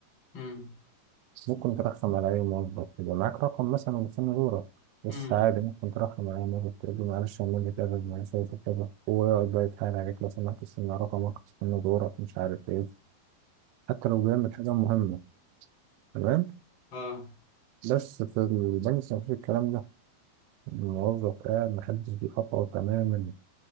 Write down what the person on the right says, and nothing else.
ممكن ترخم على اي موظف يبقى معاك رقم مثلا مستني دورك بس
عادي ممكن ترخم على اي موظف تقول له معلش اعمل لي كذا معلش أعمل لي كذا هو يقعد بقى يتحايل عليك لو سمحت استنى رقمك استنى دورك مش عارف ايه حتى لو بيعمل حاجه مهمه تمام
بس في البنك مفيش الكلام ده الموظف قاعد محدش بيخاطره تماما